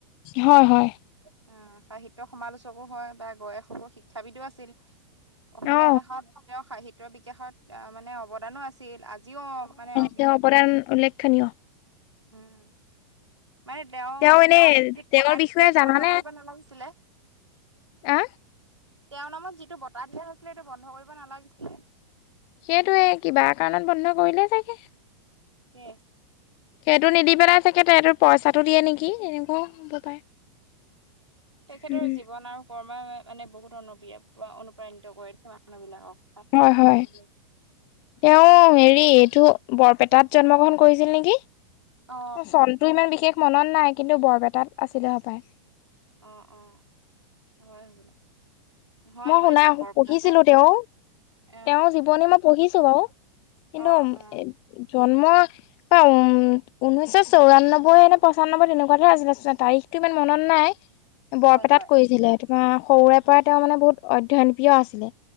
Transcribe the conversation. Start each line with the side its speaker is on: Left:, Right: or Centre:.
Left: হয়, হয়।
Right: অ সাহিত্্যৰ সমালোচকো হয় বা গয়েসকল শিক্ষাবিদো আছিল। অসমীয়া
Left: অ
Right: ভাষাত তেওঁৰ সাহিত্্যৰ বিকাশত মানে অৱদানো আছে। আজিও অ মানে অ বিল,
Left: তেওঁৰ অৱদান উল্লেখনীয়
Right: উম। মানে দেও
Left: তেওঁ এনে
Right: দেও যি
Left: তেওঁৰ
Right: বটা দিছিলে
Left: বিষয়ে
Right: সেই
Left: জানানে
Right: বন্ধ কৰিব নালাগিছিলে।
Left: অ।
Right: তেওঁৰ নামত যিটো বটাাহ দিয়া হৈছিলে সেইটো বন্ধ কৰিব নালাগিছিলে।
Left: সেইটোয়ে কিবা কাৰণত বন্ধ কৰিলে চাগে।
Right: কে
Left: সেইটো নিদি পেলাই চাগে তটো পইচাটো দিয়ে নেকি এনেকুৱাও হ'ব পাৰে।
Right: তেখেতৰ
Left: উম
Right: জীৱন আৰু কৰ্ম মানে বহুত অনু্ৰিয়-অনুপ্ৰাণিত কৰে মানুহ বিলাকক। ছাত্ৰ
Left: হয়,
Right: ছাত্ৰীক
Left: হয়। তেওঁ হেৰি এইটো বৰপেটাত জন্ম গ্ৰহণ কৰিছিল নেকি?
Right: অ
Left: চনতটো ইমান বিশেষ মনত নাই কিন্তু বৰপেটাত আছিলে সপায়।
Right: অ', অ, হয় হ'বলা। হয়
Left: মই
Right: হয়
Left: শুনা
Right: তেওঁ বৰপেটাতে
Left: পঢ়িছিলো তেওঁ।
Right: অ
Left: তেওঁৰ জীৱনেী মই পঢ়িছো বাৰু কিন্তু
Right: অ অ
Left: জন্ম অ, উম ঊনৈশ চৌৰান্নবৈ এ নে পঁচান্নব্বৈ তেনেকুৱ ধে আছিলে তাৰিখতটো ইমান মনত নাই। বৰপেটাত
Right: হয় হয়
Left: কৰিছিলে ত সৰুৰে পৰা তেওঁ মানে বহুত অধ্য়ন প্ৰিয় আছিলে।